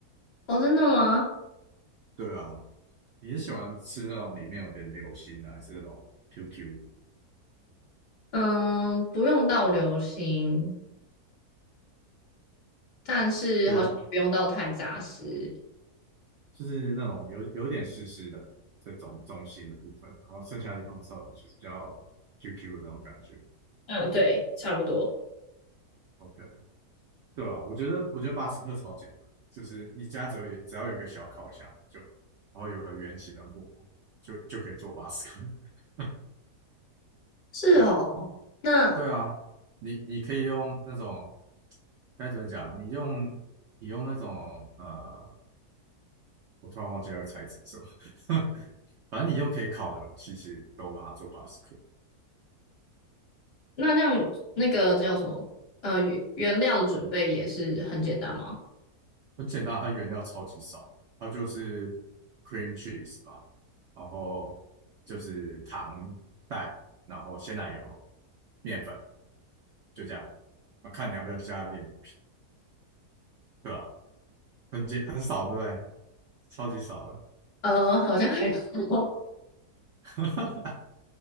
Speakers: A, on the left; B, on the right.
A: 哦，真的吗？
B: 对啊，你是喜欢吃那种里面有点流心的，还是那种 QQ 的？
A: 嗯，不用到流心，但是好像也不用到太扎实。
B: 就是就是那种有有点湿湿的这种中心的部分，然后剩下的地方稍微就是比较 QQ 的那种感觉。
A: 嗯，对，差不多。
B: OK，对啊，我觉得我觉得巴斯克超简单，就是你家只要有只要有一个小烤箱就，然后有个圆形的木就就可以做巴斯克。<laughs>
A: 是哦，
B: 对
A: 那
B: 对啊，你你可以用那种该怎么讲？你用你用那种呃我突然忘记那个材质是什么。<laughs> 反正你用可以烤的容器，其实都把它做 b a 克，u e
A: 那这样那个叫什么？呃，原原料的准备也是很简单吗？
B: 很简单，它原料超级少的，它就是 cream cheese 啊，然后就是糖、蛋，然后鲜奶油、面粉，就这样。那看你要不要加柠檬皮，对吧、很简很少，对不对？超级少的，
A: 呃，好像还好。<laughs>
B: <laughs>